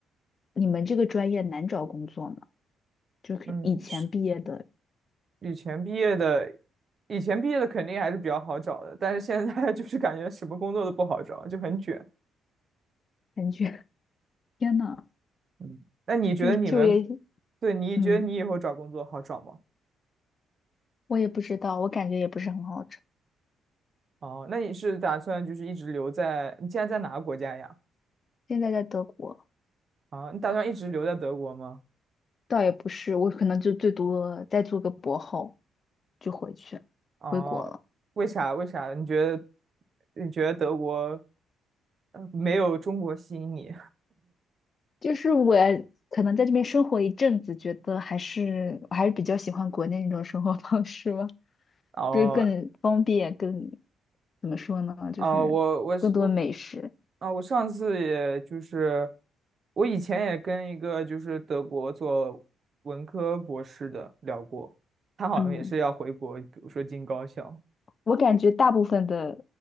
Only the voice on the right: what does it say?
嗯，是以前毕业的，以前毕业的肯定还是比较好找的，但是现在 <laughs> 就是感觉什么工作都不好找，就很卷。
嗯，那你觉得你们？
对，你觉得你以后找工作好找吗？
哦，那你是打算就是一直留在，你现在在哪个国家呀？
啊，你打算一直留在德国吗？
哦，为啥？为啥？你觉得你觉得德国呃没有中国吸引你？
<laughs> 哦
哦，我我是我啊，我上次也就是我以前也跟一个就是德国做文科博士的聊过，他好像也是要回国，
比如说进高校。